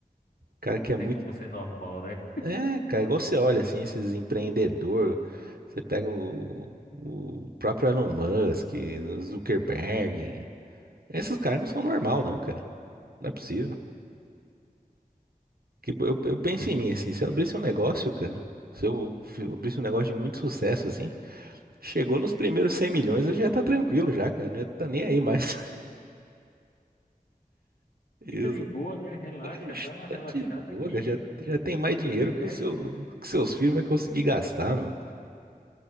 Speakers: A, on the right; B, on the left.
A: Cara
B: Não
A: que é
B: tem
A: muito.
B: como ser normal, né?
A: É, cara, igual você olha assim, esses empreendedor, você pega o, o próprio Elon Musk, o Zuckerberg. Esses caras não são normal, não, cara. Não é possível. Que eu, eu penso em mim assim, se eu abrisse um negócio, cara, se eu fi- abrisse um negócio de muito sucesso assim, chegou nos primeiros 100 milhões, eu já tá tranquilo já, cara. Não ia tá nem aí mais. <laughs>
B: Fica de boa, né? Relaxa,
A: Está
B: dá uma relaxada
A: de boa,
B: que.
A: cara. já, já tem mais dinheiro
B: De resto,
A: que o seu, que seus filhos vai conseguir gastar, meu.